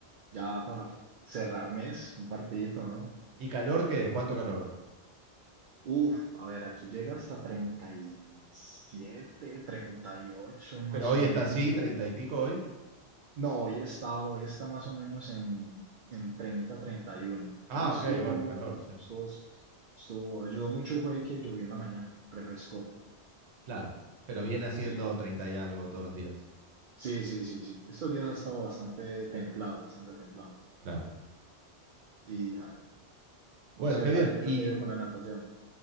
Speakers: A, on the right (about 55°); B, on the right (about 75°).
A: ya para cerrar mes, un partidito, ¿no?
B: ¿Y calor qué es? ¿Cuánto calor?
A: Uf, a ver, aquí llega hasta treinta treinta y siete treinta y ocho más
B: Pero hoy
A: o menos.
B: está así, treinta y pico hoy.
A: No, hoy está, hoy está más o menos en, en treinta treinta y uno
B: Ah,
A: Hoy estuvo,
B: ok, bueno, calor, sí.
A: estuvo, estuvo, ayudó mucho fue que llovió en la mañana, refrescó.
B: Claro, pero viene haciendo
A: Sí,
B: treinta y algo todos los días.
A: sí, sí, sí, sí. Estos días ha estado bastante templado, bastante templado.
B: Claro.
A: Y ah, ¿Vos
B: Bueno,
A: qué
B: qué
A: tal?
B: bien.
A: ¿Qué
B: Y
A: tal te ha ido con la natación?